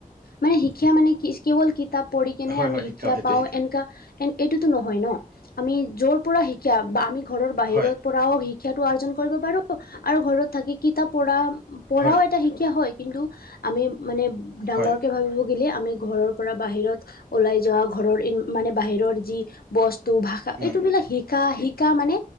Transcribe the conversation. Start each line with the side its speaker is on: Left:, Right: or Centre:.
Left: মানে শিক্ষা মানে কি কেৱল কিতাপ পঢ়ি কেনে
Right: হয়
Left: আমি
Right: হয়
Left: শিক্ষা
Right: সেইটোৱে
Left: পাওঁ, এনেকা এইটোতো নহয় ন। আমি যৰ পৰা শিকা বা আমি ঘৰৰ বাহিৰৰ
Right: হয়
Left: পৰা পৰাও শিক্ষাটো আৰ্জন কৰিব পাৰো আৰু ঘৰত থাকি কিতাপ পঢ়া পঢ়াও
Right: হয়
Left: এটা শিক্ষা হয় কিন্তু আমি মানে ডাঙৰকে
Right: হয়
Left: ভাবিব বুলি আমি ঘৰৰ পৰা বাহিৰত ওলাই যোৱা, ঘৰৰ মানে বাহিৰৰ যি বস্তু, ভাষা
Right: উম,
Left: এইটো বিলাক শিকা, শিকা মানে